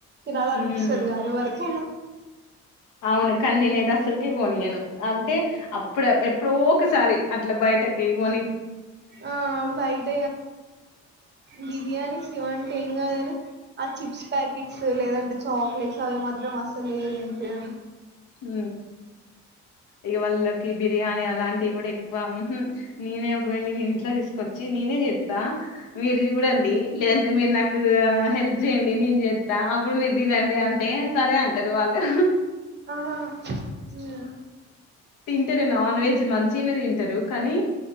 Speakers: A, on the right (about 35°); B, on the left (about 85°).
A: కినా అంట
B: ఉమ్
A: సరిగా వరకనా
B: అవును కనీనే దసలుకి పోనీను అంటే అప్పుడ ఎప్పుడో ఒకసారి అట్లా బయట ఏవణ
A: ఆ బయట బిర్యాని శివన్ ఏం కాదని ఆ చిప్స్ ప్యాకెట్స్ లేదంటే చాక్లెట్స్ అవి మాత్రం అస్సలుది ఏంటి
B: హ ఇక వాళ్ళకి బిర్యానీ అలాంటి ది కూడా ఎక్కువ నేనే ఒక వెళ్ళి నే ఇంట్లో తీసుకొచ్చ వచ్చి నేనే చెప్స్తా మీరుది కూడా అండి లేదంటే మీరు నాకు హెల్ప్ చేయండి నేను చేస్తా అప్పుడు మీరు తినండి అంటే సరే అంటారు వాళ్ళు
A: ఆహా ఉమ్
B: తింట ర నాన్ వెజ్ మంచ చిిన తింటారు కానీ